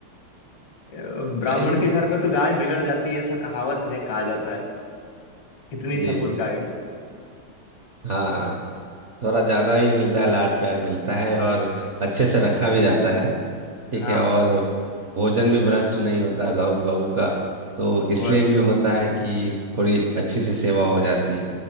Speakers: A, on the left (about 85°); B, on the right (about 55°).
A: अ, ब्राह्मण
B: सही है
A: के घर में तो गाय बिगड़ जाती है ऐसा कहावत है कहा जाता है कितनी
B: जी
A: सपूत गाय हो
B: हाँ थोड़ा ज्यादा ही मिलता है लाड प्यार मिलता है और अच्छे से रखा भी जाता है ठीक
A: हाँ
B: है और भोजन भी भ्रष्ट नहीं होता गौ गऊ का तो इसलिए
A: वही
B: भी होता है कि थोड़ी अच्छी से सेवा हो जाती है